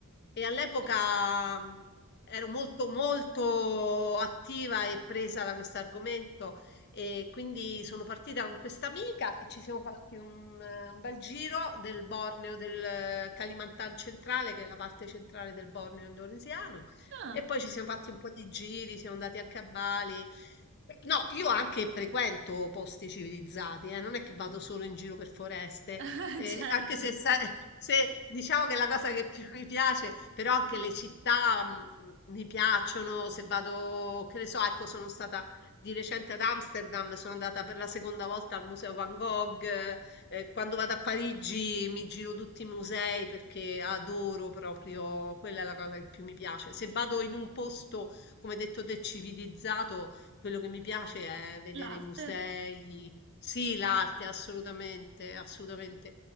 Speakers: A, on the left (about 50°); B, on the right (about 55°).
A: e all'epoca
B: bellissimo.
A: mh, ero molto molto attiva e presa da questo argomento e quindi sono partita con questa amica e ci siamo fatti un, eh, un bel giro del Borneo, del eh, Kalimantan centrale, che è la parte centrale del Borneo indonesiano.
B: Ah,
A: E poi ci siamo fatti un po' di giri, siamo andati anche a Bali. No, io anche frequento posti civilizzati, eh, non è
B: sì.
A: che vado solo in giro per foreste,
B: <laughs>
A: eh,
B: certo,
A: anche se, sai- <laughs> se diciamo che è la cosa che più mi piace, però anche le città, mm, mi piacciono, se vado, che ne so, ecco, sono stata di recente ad Amsterdam sono andata per la seconda volta al Museo Van Gogh. eh, quando vado a Parigi mi giro tutti i musei perché adoro proprio, quella è la cosa che più mi piace. Se
B: sì,
A: vado in un posto, come hai detto te, civilizzato, quello che mi piace è vedere
B: l'arte.
A: i musei. Sì, l'arte, assolutamente, assolutamente.